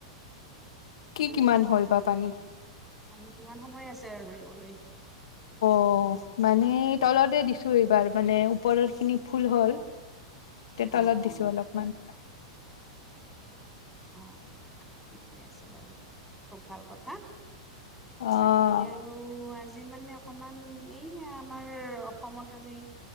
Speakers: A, on the left; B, in the centre.
A: কি কিমান হ'ল বা পানী?
B: মানে, কিমান সময় আছে আৰু ধৰিবলৈ?
A: অ' মানে, তলতে দিছো এইবাৰ মানে ওপৰৰ খিনি ফুল হ'ল। এতিয়া,
B: অ
A: তলত
B: অ
A: দিছো অলপমান।
B: অ' ঠিকে আছে বাৰু, খুব ভাল কথা।
A: অ',
B: বাকী, আৰু আজি যি মানে অকমান, এই আমাৰ অসমত আজি